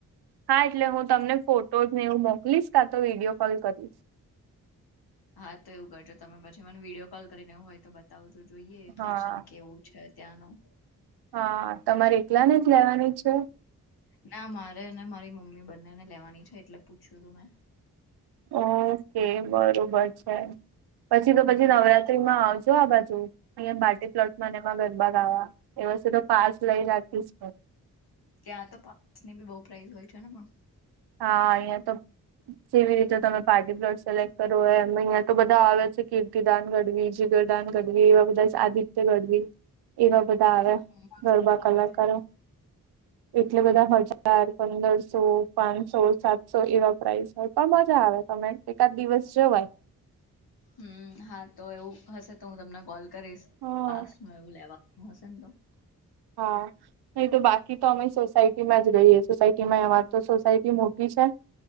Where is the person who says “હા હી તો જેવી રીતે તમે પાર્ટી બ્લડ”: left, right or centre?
Right